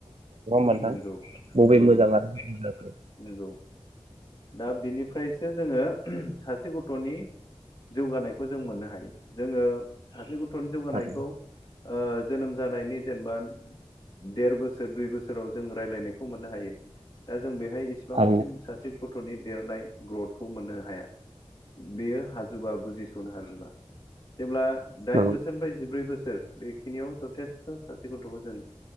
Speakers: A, on the right; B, on the left.
A: <inaudible>
B: नंगौ
A: बबे
B: नंगौ
A: मोजां
B: नोंथां
A: आरो
B: नंगौ दा बिनिफ्रायसो जोङो सासे गथनि जौगानायखौ जों मोननो हायो जोङो सासे ग थनि जौगानायखौ
A: थारैनो
B: ओ जोनोम जानायनि जेनेबा देर बोसोर दुइ बोसोराव जों रायलायनायख मोननो हायो दा जों बेहाय इसिबांसिम
A: थारैनो
B: सासे गथनि देरनाय ग्रथखौ मोननो हाया बेयो हाजोबा बुजिसनो हाजोबा। जेब्ला। दाइन
A: नंगौ
B: बोसोरनिफ्राय जिब्रै बोसोर। बेखिनियाव जथेस्थ' सासे गथ'खौ जों